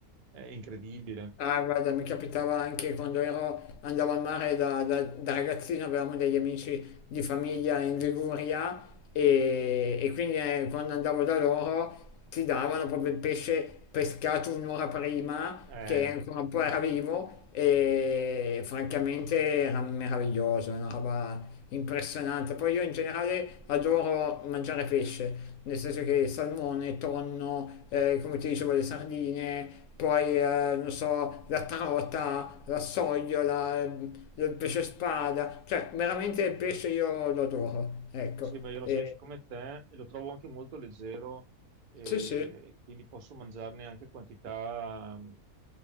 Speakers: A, on the right (about 60°); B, on the left (about 70°).
A: è incredibile.
B: Ah, guarda, mi capitava anche quando ero, andavo al mare da, da- da ragazzino, avevamo degli amici di famiglia in Liguria e, e quindi eh, quando andavo da loro ti davano proprio il pesce pescato un'ora prima,
A: Eh,
B: che ancora un po' era vivo e francamente era meraviglioso, era una roba impressionante. Poi io in generale adoro mangiare pesce, nel senso che salmone, tonno, eh, come ti dicevo, le sardine, poi eh, non so, la trota, la sogliola, eh, il pesce spada, cioè veramente il pesce io lo adoro, ecco.
A: Sì, sì, beh, io la
B: E,
A: penso come te e lo trovo anche molto leggero eh,
B: sì, sì, <laughs>
A: e quindi posso mangiarne anche quantità mm,